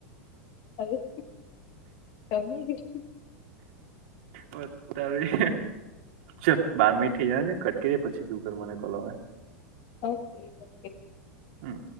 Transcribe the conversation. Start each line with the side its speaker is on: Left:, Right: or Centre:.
Left: <unintelligible>
Right: ઓ તારી ચ બાર મિનિટ થઇ જવાદે કટ કરીયે પછી <unintelligible>
Left: ઓકે ઓકે.
Right: હમ